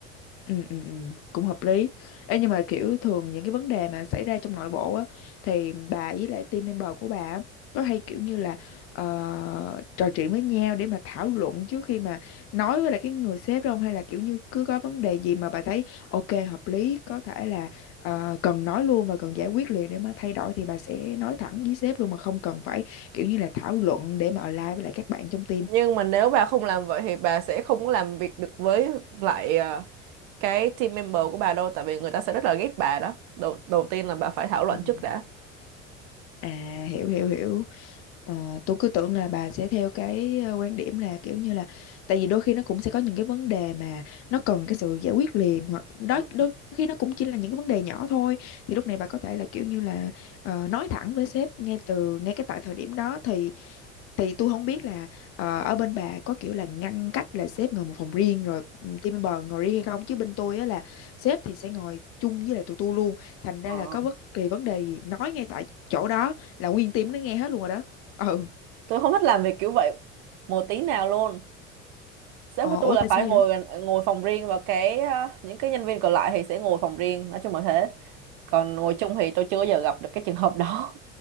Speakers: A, on the left; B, on the right.
A: Ừ, ừ, ừ, cũng hợp lý. Ê, nhưng mà kiểu thường những cái vấn đề mà xảy ra trong nội bộ á thì bà với lại team member của bà á, có hay kiểu như là ờ, trò chuyện với nhau để mà thảo luận trước khi mà nói với lại cái người sếp đó không hay là kiểu như cứ có vấn đề gì mà bà thấy ok hợp lý có thể là ờ, cần nói luôn và cần giải quyết liền để mà thay đổi thì bà sẽ nói thẳng với sếp luôn mà không cần phải kiểu như là thảo luận để mà align với lại các bạn trong team.
B: nhưng mà nếu bà không làm vậy thì bà sẽ không có làm việc được với lại ờ, cái team member của bà đâu tại vì người ta sẽ rất là ghét bà đó đầu đầu tiên là bà phải thảo luận
A: Ừ.
B: trước đã
A: À hiểu hiểu hiểu ờ, tôi cứ tưởng là bà sẽ theo cái ờ, quan điểm là kiểu như là tại vì đôi khi nó cũng sẽ có những cái vấn đề mà nó cần cái sự giải quyết liền hoặc đó
B: ừ.
A: đôi khi nó cũng chỉ là những cái vấn đề nhỏ thôi thì lúc này bà có thể là kiểu như là ờ, nói thẳng với sếp ngay từ ngay cái tại thời điểm đó thì thì tôi không biết là ờ, ở bên bà có kiểu là ngăn cách là sếp ngồi một phòng riêng rồi ừ, team member ngồi riêng hay không chứ bên tôi á là sếp thì sẽ ngồi chung với lại tụi tôi luôn thành ra
B: Ờ.
A: là có bất kỳ vấn đề gì nói ngay tại chỗ đó là nguyên team nó nghe hết luôn rồi đó. Ừ,
B: tôi không thích làm việc kiểu vậy một tí nào luôn sếp
A: ờ,
B: của
A: ủa
B: tôi là
A: tại
B: phải
A: sao
B: ngồi
A: vậy?
B: gần- ngồi phòng riêng và cái ờ, những cái nhân viên còn lại thì sẽ ngồi phòng riêng nói chung là thế còn ngồi chung thì tôi chưa bao giờ gặp được cái trường hợp đó